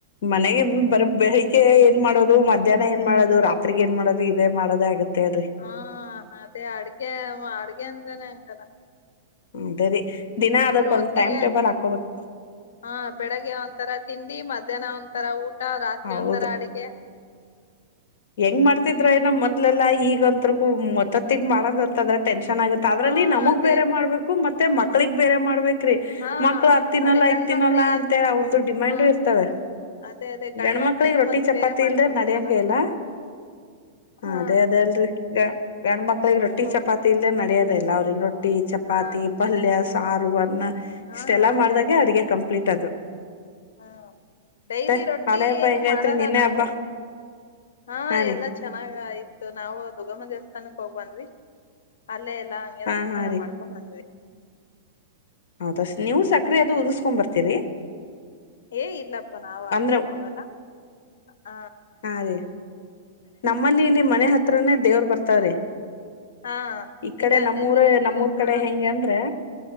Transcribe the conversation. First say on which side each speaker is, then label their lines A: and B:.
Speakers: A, on the left (about 60°); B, on the left (about 85°).
A: ಮನೆಗ ಬರ ಬೆಳಿಗ್ಗೆ ಏನ್ ಮಾಡೋದು ಮಧ್ಯಾಹ್ನ ಏನ್ ಮಾಡೋದು ರಾತ್ರಿಗ್ ಏನ್ ಮಾಡೋದು ಇದೇ ಮಾಡೋದೇ ಆಗುತ್ತೆ. ಮತ್ತ್ ಹೇಳ್ರಿ.
B: ಹಾ ಅದೇ ಅಡ್ಗೆ ಅಡ್ಗೆ ಅಂದ್ರನೆ ಹಂಗದ.
A: ಹ್ಮ ಸರಿ ದಿನ ಅದಕ್ ಒಂದ್
B: ಹೊತ್ತಿಗೆ
A: ಟೈಮ್ ಟೇಬಲ್ ಹಾಕೋಬೇಕು.
B: ಹಾ ಬೆಳಗ್ಗೆ ಒಂತರ ತಿಂಡಿ ಮಧ್ಯಾಹ್ನ ಒಂತರ ಊಟ ರಾತ್ರಿ
A: ಹೌದ
B: ಒಂತರ ಅಡಿಗೆ.
A: ಹೆಂಗ್ ಮಾಡ್ತಿದ್ರೊ ಏನೊ ಮೊದ್ಲೆಲ್ಲ ಈಗಂತ್ತರುಗು ಮತ್ತತ್ತಿಗೆ ಮಾಡದಂತಂದ್ರ ಟೆನ್ಷನ್ ಆಗತ್. ಅದರಲ್ಲಿ
B: ಹಾ
A: ನಮಗ್
B: ಅದೇ
A: ಬೇರೆ ಮಾಡ್ಬೇಕು ಮತ್ತೆ ಮಕ್ಳಿಗೆ ಬೇರೆ ಮಾಡ್ಬೇಕು. ಕ್ರೀ
B: ಹಾ
A: ಮಕ್ಳು ಅದ್ತಿನ್ನಲ್ಲ
B: ಅದೇ ಗಂಡ್
A: ಇದ್ತಿನ್ನಲ್ಲ
B: ಮಕ್ಳಿಗೆ
A: ಅಂತೇಳಿ ಅವ್ರದು ಡಿಮ್ಯಾಂಡು
B: ಹಾ
A: ಇರ್ತವೆ.
B: ಅದೇ ಅದೇ ಗಂಡ್
A: ಗಂಡ್ಮಕ್ಳಿಗೆ
B: ಮಕ್ಳಿಗೂ
A: ರೊಟ್ಟಿ
B: ಮತ್ತೆ
A: ಚಪಾತಿ
B: ಬೇರೆ ಮಾಡ್ಕೊಡ್ಬೇಕಲ್ಲ
A: ಇಲ್ದೆ ನಡ್ಯಂಗೆ ಇಲ್ಲ. ಹ
B: ಹಾ
A: ಅದೇ ಅದೇ ಅಲ್ರರಿ ಗ್ ಗಂಡ್ಮಕ್ಳಿಗೆ ರೊಟ್ಟಿ
B: ಹೌದು
A: ಚಪಾತಿ ಇಲ್ಲೇ ನಡ್ಯದೇ ಇಲ್ಲ ಅವ್ರಿಗೆ ರೊ ರೊಟ್ಟಿ ಚಪಾತಿ
B: ಹಾ
A: ಪಲ್ಯ ಸಾರು ಅನ್ನ
B: ಹಾ
A: ಇಷ್ಟೆಲ್ಲಾ
B: ಅದೇ
A: ಮಾಡ್ದಾಗೆ
B: ಅಲ್
A: ಅಡಗೆ ಕಂಪ್ಲೀಟ್ ಅದು.
B: ಹಾ ಡೈಲಿ
A: ಮತ್ತೆ
B: ರೊಟ್ಟಿ
A: ಹಳೆ ಹಬ್ಬ
B: ಏನು
A: ಹೆಂಗೈತ್ರಿ
B: ಮಾಡಲ್ಲ
A: ನಿನ್ನೆ
B: ನಾವು
A: ಹಬ್ಬ
B: ಹ
A: ಹಾ ರೀ
B: ಎಲ್ಲ ಚೆನ್ನಾಗಯತತ್ತು ನಾವು ದುರ್ಗಮ್ಮ ದೇವಸ್ಥಾನಕ್ ಹೋಗ್ ಬಂದ್ವಿ ಅಲ್ಲೇ ಎಲ್ಲಾ ಹಂಗೆ
A: ಹಾ
B: ನಮಸ್ಕಾರ
A: ಹಾ ರೀ
B: ಮಾ <unintelligible> ಬಂದ್ವಿ
A: ಹೌದ ನೀವು ಸಕ್ರ ಅದು ಉದಿಸ್ಕೊಂಡ್ ಬರ್ತೀರಿ.
B: ಏ ಇಲ್ಲಪ್ಪ ನಾವ್ ಅಲ್
A: ಅಂದ್ರ
B: ಏನ್ ಹೋಗಲ್ಲ ಹ
A: ಹಾ ರೀ ನಮ್ಮಲ್ಲಿ ಇಲ್ಲಿ ಮನೆ ಹತ್ರನೇ ದೇವ್ರ್ ಬರ್ತವ್ರೀ.
B: ಹಾ
A: ಈ ಕಡೆ
B: ಇಲ್ಲ
A: ನಮ್ಮೂರ
B: ನೆನ್ನೆ ಇದು
A: ನಮ್ಮೂರ್
B: ಎಲ್ಲ
A: ಕಡೆ ಹೆಂಗಗೆ ಅಂದ್ರೆ